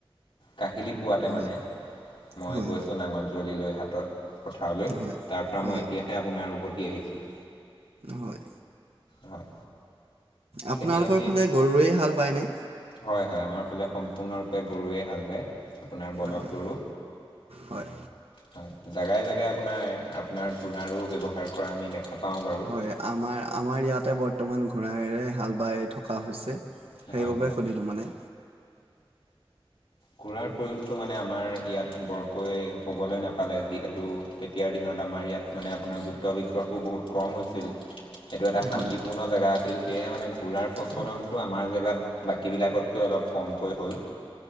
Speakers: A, on the left (about 70°); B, on the right (about 85°).
A: কাহিলী পোৱাতে
B: হয়
A: মানে মই
B: হয়
A: গৈছোঁ
B: হয়
A: নাঙল যুৱলি লৈ। পথাৰলৈ
B: হয়
A: তাৰ পৰা
B: হয়
A: মই এতিয়াহে আপোনাৰ উভতি আহিছোঁ।
B: হয়।
A: হয়।
B: আপোনালোকৰ
A: খেতি বাতিত
B: ফালে গৰুৰেই হাল বায়নে?
A: হয় হয় আমাৰ ফালে সম্পূৰ্ণৰূপে গৰুৱে হাল বায়। আপোনাৰ বলধ
B: হয়
A: গৰু।
B: হয়
A: হয়। জোগাই জেগাই আপোনাৰ আপোনাৰ ঘোঁৰাৰো ব্যৱহাৰ কৰা আমি দেখা। পাওঁ বাৰু
B: হয় আমাৰ আমাৰ ইয়াতে বৰ্তমান ঘোৰাৰে হাল বাই থকা হৈছে। সেইবাবে
A: হয় হয়
B: সুধিলো মানে।
A: ঘোৰাৰ প্ৰয়োগটো মানে আমাৰ ইয়াত বৰকৈ হ'ব টা আমাৰ ইয়াত মানে আপোনাৰ যুদ্ধ বিগ্ৰহো বহুত কম হৈছিল। এইটো এটা শান্তিপূৰ্ণ
B: হয় হয়
A: জেগা আছিল সেয়েহে মানে ঘূৰাৰ প্ৰচলনটো
B: হয়
A: আমাৰ জেগাত। বাকীবিলাকতকৈ অলপ কমকৈ হ'ল।